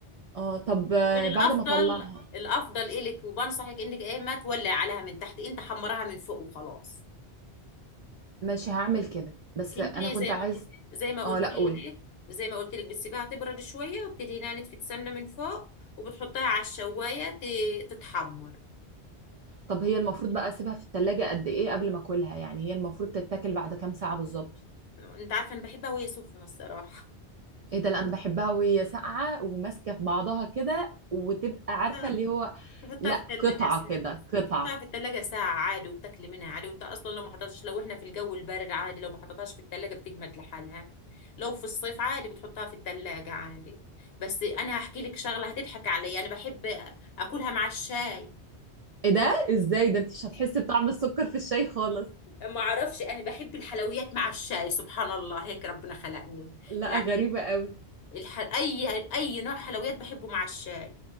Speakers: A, on the right (about 60°); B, on the left (about 65°).
A: اه طب آه،
B: كان الافضل
A: بعد ما اطلعها
B: الافضل الك وبنصحك انك ايه ما تولعي عليها من تحت انت حمرها من فوق وخلاص
A: ماشي هعمل كده بس
B: انت
A: انا
B: زي
A: كنت عايز
B: ما قلت زي ما قلت
A: اه لا
B: لك
A: قولي
B: زي ما قلت لك بتسيبها تبرد شويه وبتدهنها نتفه سمنه من فوق وبتحطها على الشوايه ت- تتحمر
A: طب هي المفروض بقى اسيبها في التلاجة قد ايه قبل ما اكلها يعني هي المفروض تتاكل بعد كام ساعة بالظبط
B: انت عارفه انا بحبها وهي سخنه الصراحه
A: ايه ده لا انا بحبها وهي ساقعة وماسكة في بعضها كده وتبقى
B: <laughs>
A: عارفة
B: لا،
A: اللي هو
B: تحطها
A: لا
B: في الثلاجة
A: قطعة
B: ساعة
A: كده قطعة
B: بتحطها في الثلاجة ساعة عادي وبتاكلي منها عادي وانت اصلا لو ما حطيتهاش لو احنا في الجو البارد عادي لو ما حطيتهاش في الثلاجة بتجمد لحالها لو في الصيف عادي بتحطها في الثلاجة عادي بس انا هحكي لك شغلة هتضحك عليا انا بحب اكلها مع الشاي
A: ايه ده ازاي ده انت مش هتحسي بطعم السكر في الشاي خالص
B: ما اعرفش انا بحب الحلويات مع الشاي سبحان الله هيك ربنا خلقني
A: لا
B: يعني
A: غريبة قوي
B: الح... اي اي نوع حلويات بحبه مع الشاي